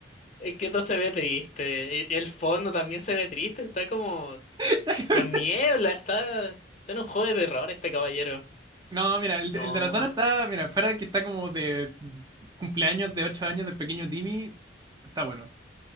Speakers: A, on the left (about 35°); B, on the right (about 20°).
A: Es que esto se ve triste. e- El fondo también se ve triste. Está como
B: <laughs>
A: con niebla. Está, está en un juego de terror este caballero.
B: No, mira, el,
A: No.
B: el de la Tana está, mira, fuera de que está como de cumpleaños de 8 años del pequeño Timmy, está bueno.